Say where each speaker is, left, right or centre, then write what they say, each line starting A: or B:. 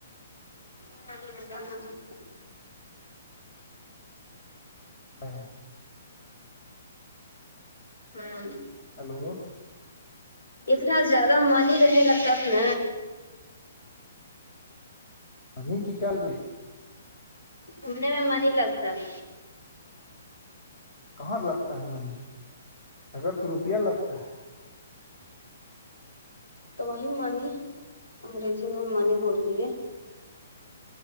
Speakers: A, on the left; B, on the left.
A: <inaudible>
B: <inaudible>
A: <inaudible>
B: ہلو
A: اتنا زیادہ منی ہی رہنے لگتاب ن
B: منی کی کیای
A: گھومنے میں من ہی لگتا ہے
B: کہاں سے لگتا ہے منی اگر تو روپیہ لگتا ہے
A: تو وہی منی انگریزی میں منی بولتی ہے